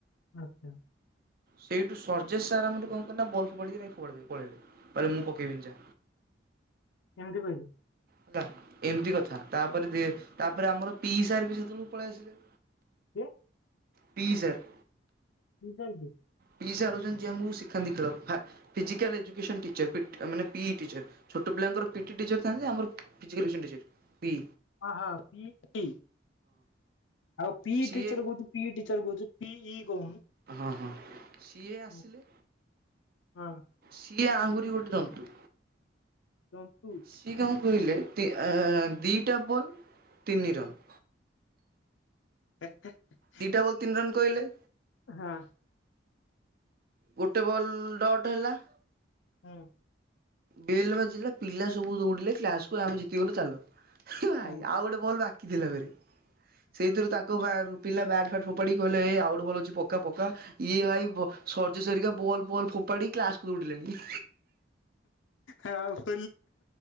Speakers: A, on the left; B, on the right.
A: ଆଚ୍ଛା।
B: ସେଇଠୁ ସର୍ଜେଶ ସାର୍ ଆମର କଣ କଲେ ନା ବଲ୍ ଫୋପାଡିକି ଯାଇ ଫୋପାଡି ଦେଇ ପଳେଇଲେ। କହିଲେ ମୁଁ ପକେଇବିନି ଯା
A: ଏମିତି କହିଲେ?
B: ହେଲା ଏମିତି କଥା ତାପରେ ଦି ତାପରେ ଆମର ପି ସାର୍ ବି ସେତେବେଳକୁ ପଳେଇ ଆସିଲେ।
A: କିଏ?
B: P sir.
A: ସିଏ ଯାଇଥିଲେ?
B: ପି ସାର୍ ହଉଚନ୍ତି ଯିଏ ଆମକୁ ଶିଖାନ୍ତି ଖେଳ ଫା ଫିଜିକାଲ୍ ଏଜୁକେସନ୍ ଟିଚର ପିଟ୍ ମାନେ ପି ଟିଚର। ଛୋଟ ପିଲାଙ୍କର ପିଟି ଟିଚର ଥାଆନ୍ତି ଆମର ଫିଜିକାଲ୍ ଏଜୁକେସନ୍ ଟିଚର ହୁଁ।
A: ହଁ ହଁ ପିଟି ଆଉ ପି
B: ସିଏ
A: ଟିଚର କହୁଛୁ। ପି ଟିଚର କହୁଛୁ ପି ଇ କହୁନୁ।
B: ହଁ ହଁ ସିଏ ଆସିଲେ
A: ହୁଁ, ହଁ
B: ସିଏ ଆହୁରି ଗୋଟେ ଜନ୍ତୁ।
A: ଜନ୍ତୁ।
B: ସିଏ କଣ କହିଲେ ଆଁ ଆଁ ଦିଇଟା ବଲ୍ ତିନି ରନ୍।
A: <inaudible>
B: ଦିଇଟା ବଲ୍ ତିନି ରନ୍ କହିଲେ।
A: ହଁ।
B: ଗୋଟେ ବଲ୍ ଡଟ ହେଲା।
A: ହଁ।
B: ବେଲ୍ ବାଜିଲା ପିଲା ସବୁ ଦୌଡିଲେ କ୍ଲାସକୁୁ ଆମେ ଜିତିଗଲୁ ଚାଲ ଭାଇ
A: ହୁଁ
B: ଆଉ ଗୋଟେ ବଲ୍ ବାକି କିଥିଲା ପରେ ସେଇଥିରୁ ତାଙ୍କ ବାହାରୁ ପିଲା ବ୍ୟାଟ ଫାଟ୍ ଫୋପାଡ଼ି କହିଲେ ଆଉ ଗୋଟେ ବୋଲ୍ ଅଛି ପକା ପକା। ଇଏ ଭାଇ ସରିଯ୍ୟ ହେରିକା ବଲ ବଲ୍ ଫୋପାଡି କ୍ଲାସକୁୁ ଦୌଡିଲେନି।
A: ଆଉ <inaudible>